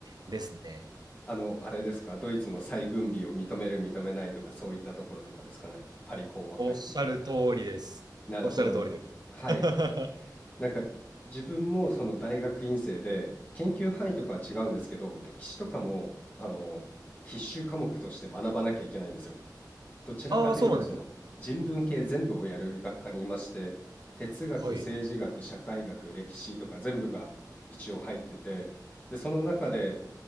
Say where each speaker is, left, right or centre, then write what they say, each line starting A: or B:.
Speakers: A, on the right; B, on the left.
A: ですね。
B: あの、あれですか、ドイツの再軍備を認める、認めないとか、そういったところとかですかね。パリ講和会議後。
A: おっしゃる通りです。
B: なるほどな。
A: おっしゃる通りです。
B: はい。
A: <laughs>
B: なんか、自分もその大学院生で、研究範囲とかは違うんですけど、歴史とかも、あの、必修科目として学ばなきゃいけないんですよ。どちらかというとその人文系全部をやる学科にいまして哲学政治学社会学歴史とか全部が一応入っててでその中で
A: ああ、そうなんです。はい。